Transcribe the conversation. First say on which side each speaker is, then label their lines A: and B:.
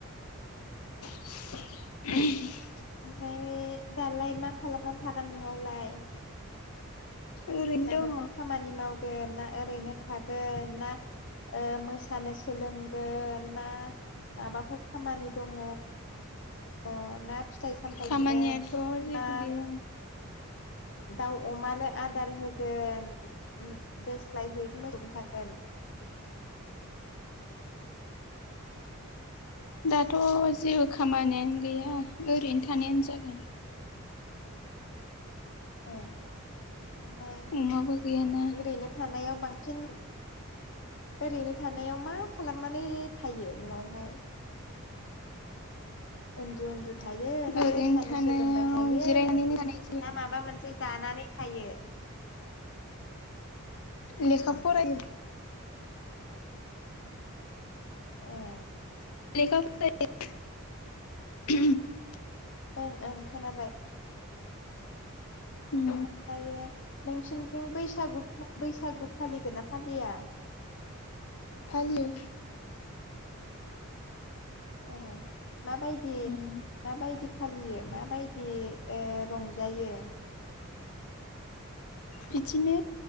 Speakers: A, on the left; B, on the left.
A: <unintelligible>
B: ओमफ्राय दालाय मा खालामनानै थागोन न'आवलाय?
A: ओरैनो
B: माबाफोर
A: दङ
B: खामानि मावगोन ना ओरैनो थागोन ना ओ मोसानो सोलोंगोन ना माबाफोर खामानि दङ? अ ना फिथाइ सामथाइ
A: खामानियाथ'
B: जागोन
A: जेबो
B: ना
A: गैया
B: दाउ अमानो आदार होगोन ओ दोस्लाय है <unintelligible> थागोन?
A: दाथ‌'जेबो खामानियानो गैया ओरैनो थानायानो जागोन।
B: ए। ओमफाय
A: अमाबो गैयाना
B: ओरैनो थानायाव बांसिन ओरैनो थानायाव मा खालामनानै थायो न'आवहाय? ओन्दु ओन्दु थायो ना
A: ओरैनो
B: मोसानो
A: थानायाव
B: सोलोंबाय थायो
A: जिरायनानैनो थानाय जायो
B: ना माबा मोनसे जानानै थायो? <inaudible>
A: लेखा फरायो।
B: ए।
A: लेखा फरायो <unintelligible>
B: ओं ओं खोनाबाय।
A: उम
B: ओमफ्रायो नोंसिनिथिं बैसागु बैसागु फालिगोन ना फालिया?
A: फालियो।
B: ए माबायदि
A: उम
B: माबायदि फालियो माबायदि ओ रंजायो?
A: बिदिनो